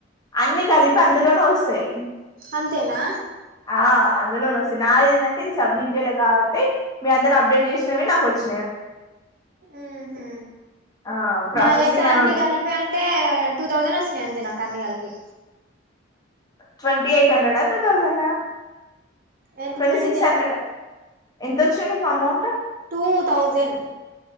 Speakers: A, on the left; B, on the right.
A: అన్నిీ కలిపి అందులోనూ వస్తాయి
B: అంతేనా
A: ఆ అందులో వస్తాయి నాది ఏంటంటే ఇది సబ్మిట్ చేయలేదు కాబట్టి మీ అందరు అప్డేట్ చేసినవి నాకు వచ్చిన
B: ఉహు
A: ఆ ప్రాసెసింగ్
B: నాకయితే
A: అని
B: అన్ని కలిపి అంటే టూ థౌజండ్ వచ్చినాయి అంతే నాకు అన్ని కలిపి
A: ట్వంటీ ఎయిట్ హండ్రెడ్ ఆ టూ థౌసండ్ ఆ
B: ఏంటి
A: ట్వంటీ సిక్స్
B: ఎయిట్
A: హండ్రెడ్ ఎంతో చె amount
B: two thousand